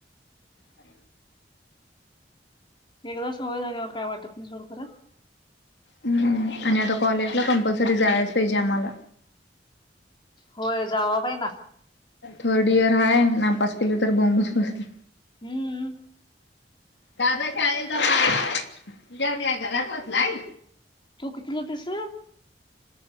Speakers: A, on the left (about 90°); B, on the left (about 30°).
A: अ
B: एकदा सवय झाल्यावर काय वाटत नाही सोडखत
A: ह् आणि आता कॉलेजला कंपल्सरी जायलाच पाहिजे आम्हाला
B: होय जावा बाई ना.
A: थोडी र हय नापस केलं तर बॉम्बस बसल
B: हम्म
A: दादा शाळेेत तुझ्या न घरात होतलाय
B: तो कितीला तस